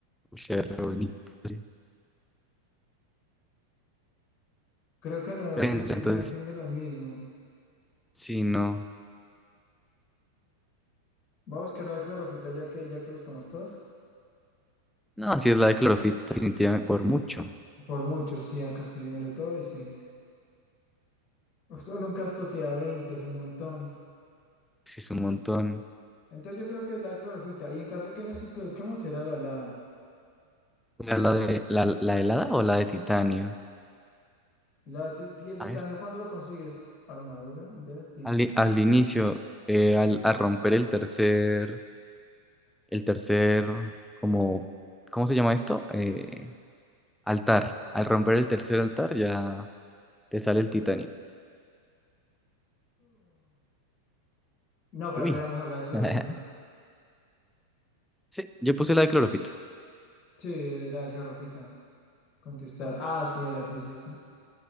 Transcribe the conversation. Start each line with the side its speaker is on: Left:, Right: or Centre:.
Centre: Se ve re bonita. sí.
Left: Creo que no,
Centre: Prensa,
Left: defi- no
Centre: Entonces,
Left: defiende lo mismo.
Centre: si no.
Left: Voy a buscar la clorofita ya que, ya que buscamos todas.
Centre: No, si es la de clorofita, definitivamente por mucho.
Left: Por mucho, sí, acá estoy viendo todo y sí. Solo un casco te da 20, es un montón.
Centre: Si es un montón.
Left: Entonces yo creo que es la clorofita. Y en caso de que nos equivoquemos, será la la.
Centre: ¿Era la de la, la helada o la de titanio?
Left: La ti- ti- el titanio,
Centre: A ver.
Left: ¿cuándo lo consigues? Armadura de titanio.
Centre: Al, i- al inicio, eh, al, al romper el tercer, el tercer, como, ¿cómo se llama esto? Eh, Altar. Al romper el tercer altar ya te sale el titanio.
Left: No, creo
Centre: Uy.
Left: que era mejor la clorofita.
Centre: <laughs> Sí, yo puse la de clorofita.
Left: Sí, la clorofita. Contestar. Ah, sí, era, sí, sí, sí.